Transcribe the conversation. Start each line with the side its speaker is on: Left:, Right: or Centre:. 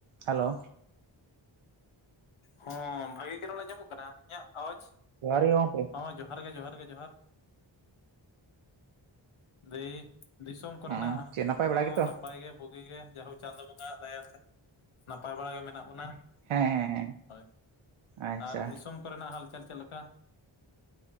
Right: Hello
Left: ᱦᱚᱸ ᱵᱷᱟᱹᱜᱤ ᱜᱮ ᱨᱮ ᱧᱟᱢᱚᱜ ᱠᱟᱱᱟ ᱤᱧᱟᱹᱜ ᱟᱣᱟᱡᱽ?
Right: ᱡᱚᱦᱟᱨ ᱜᱤ ᱜᱚᱝᱠᱮ
Left: ᱦᱚᱸ ᱡᱚᱦᱟᱨ ᱜᱮ ᱡᱚᱦᱟᱨ ᱜᱮ ᱡᱚᱦᱟᱨ ᱫᱤ ᱫᱤᱥᱚᱢ ᱠᱚᱨᱮᱱᱟᱜ
Right: ᱦᱮᱸ ᱪᱮᱫ ᱱᱟᱯᱟᱭ ᱵᱟᱲᱟ
Left: ᱦᱚᱸ
Right: ᱜᱮᱛᱚ
Left: ᱱᱟᱯᱟᱭ ᱱᱟᱯᱟᱭ ᱜᱮ ᱵᱩᱜᱤ ᱜᱮ ᱡᱦᱳᱠ ᱪᱟᱸᱫᱚ ᱵᱚᱸᱜᱟᱟᱜ ᱫᱟᱭᱟᱛᱮ ᱱᱟᱯᱟᱭ ᱵᱟᱲᱟ ᱜᱮ ᱢᱮᱱᱟᱜ ᱵᱚᱱᱟ᱾
Right: ᱦᱮᱸ ᱦᱮᱸ ᱦᱮᱸ
Left: ᱦᱳᱭ
Right: ᱟᱪᱪᱷᱟ
Left: ᱟᱨ ᱫᱤᱥᱚᱢ ᱠᱚᱨᱮᱱᱟᱜ ᱦᱟᱞᱪᱟᱞ ᱪᱮᱫᱞᱮᱠᱟ?